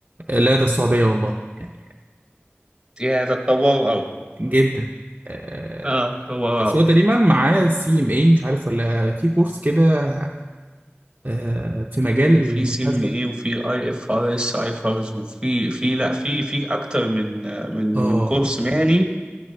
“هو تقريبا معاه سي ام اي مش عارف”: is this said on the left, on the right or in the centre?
Right